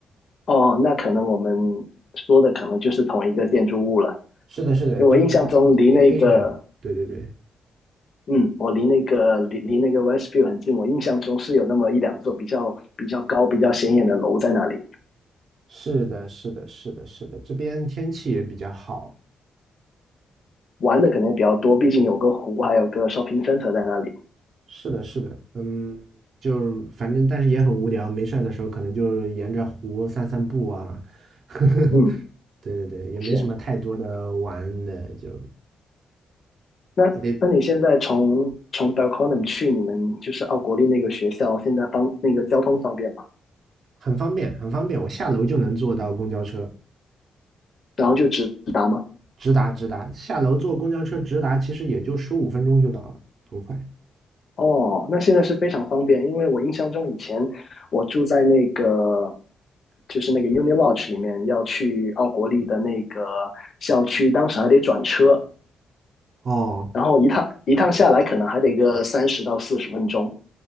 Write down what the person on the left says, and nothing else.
哦，那可能我们说的可能就是同一个建筑物了，
因为我印象中离那个，
嗯，我离那个离离那个 Westview 很近，我印象中是有那么一两座比较比较高、比较显眼的楼在那里，
玩的可能也比较多，毕竟有个湖，还有个 shopping center 在那里。
嗯，
是。
那那你现在从从
Belconnen 去你们就是奥国立那个学校，现在方那个交通方便吗？
然后就直达吗？
哦，那现在是非常方便，因为我印象中以前我住在那个就是那个 Uni Lodge 里面，要去奥国立的那个校区，当时还得转车，
然后一趟一趟下来可能还得个三十到四十分钟。